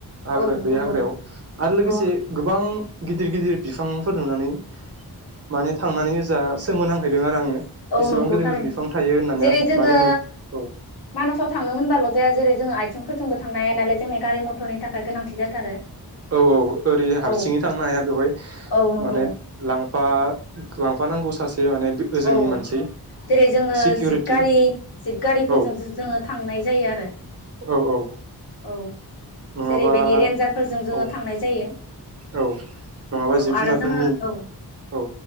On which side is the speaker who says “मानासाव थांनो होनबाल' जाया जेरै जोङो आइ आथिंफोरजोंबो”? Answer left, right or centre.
Left